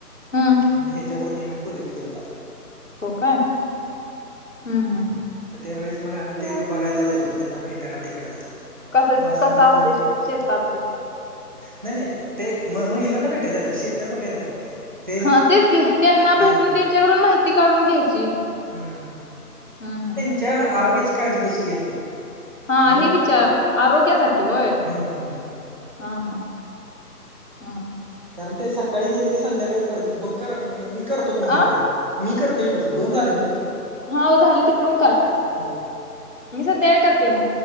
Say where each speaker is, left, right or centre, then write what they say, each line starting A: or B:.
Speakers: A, on the left; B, on the right.
A: हं!
B: म ह्याच्यावरती आम्ही प्रोजेक्ट केलता.
A: हो का हूं हूं!
B: त त्यावेळेस मग आम्ही ते बघायला जायचो, त्यांना भेटायला तिकड.
A: कसं
B: मासुम
A: कसं असते
B: म्हणून
A: शे
B: एक
A: शेतात ते.
B: नाही, नाही ते म महिलांना भेटाया जायचो शेत बघायला नाही. ते
A: हा तेच की त्यांना
B: हां
A: भेटून त्यांच्याकडून माहिती काढून घ्यायची.
B: हूं!
A: हं हं!
B: च्या आरोग्याची काळजी कशी घेतात.
A: हा
B: हं
A: हे विचा आरोग्यासाठी होय.
B: हम्म हम्म
A: हा हा हं!
B: कारण ते सकाळी गेले की संध्याकाळीच परत येता, हो करा तुम्ही मी. करतो तुम्हाला
A: आ,
B: इकडून, मी करतो इकडून दोन झाले ना तुमचे.
A: हो झालं तिकडून करा,
B: हो
A: मी संध्याकाळी करते मग.